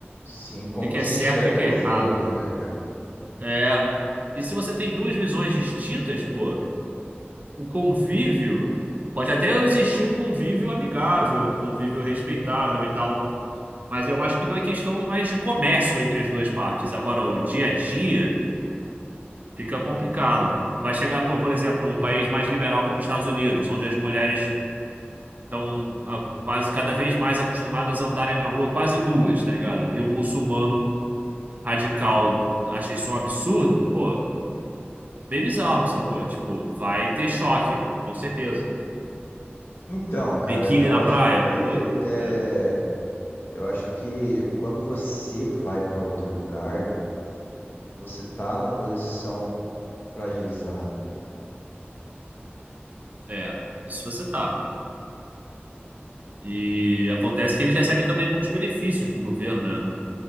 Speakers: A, on the left; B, on the right.
A: Sim, como
B: que que
A: você
B: é certo
A: enxerga
B: o que que
A: os
B: é errado.
A: outros, né, cara?
B: É. E se você tem duas visões distintas, pô. o convívio, pode até existir um convívio amigável, um convívio respeitável e tal, mas eu acho que não é questão mais de comércio entre as duas partes. Agora, o dia a dia fica complicado. Vai chegar, pô, por exemplo, um país mais liberal como os Estados Unidos, onde as mulheres estão ah, quase cada vez mais acostumadas a andarem na rua quase nuas, tá ligado? E um muçulmano radical acha isso um absurdo, pô, meio bizarro, sacou? Tipo, vai ter choque, com certeza.
A: Então, cara,
B: biquíni
A: eu
B: na
A: acho
B: praia?
A: que
B: Pô,
A: é,
B: é,
A: eu acho que quando você vai para outro lugar, você tá numa posição fragilizada.
B: é, isso você tá. E acontece que eles recebem também muitos benefícios do governo, né?